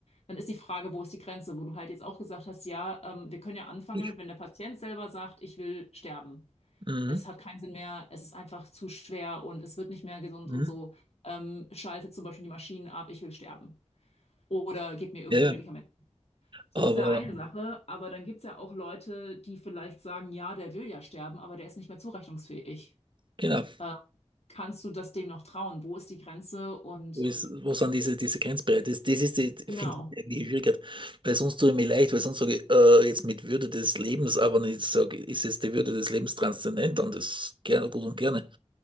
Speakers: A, on the left (about 65°); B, on the right (about 45°).
A: dann ist die Frage, wo ist die Grenze, wo du halt jetzt auch gesagt hast, ja, ähm, wir können ja anfangen
B: Ich.
A: damit, wenn der Patient selber sagt, ich will sterben.
B: Mhm.
A: Es hat keinen Sinn mehr, es ist einfach zu schwer und es wird nicht mehr gesund
B: Mhm.
A: und so. Ähm, schaltet zum Beispiel die Maschinen ab, ich will sterben. Oder gebt mir irgendwelche
B: Ja, ja.
A: Medikamente. So,
B: aber
A: das ist ja eine Sache, aber dann gibt's ja auch Leute, die vielleicht sagen, ja, der will ja sterben, aber der ist nicht mehr zurechnungsfähig.
B: genau,
A: Äh, kannst du das dem noch trauen? Wo ist die Grenze? Und
B: wo, ist, wo sind diese, diese Grenzbereiche? Das, das ist die,
A: genau.
B: finde ich, eigentlich die Schwierigkeit, weil sonst tue ich mir leid, weil sonst sage ich äh, jetzt mit Würde des Lebens, aber nicht sage, ist jetzt die Würde des Lebens transzendent und das gerne, gut und gerne,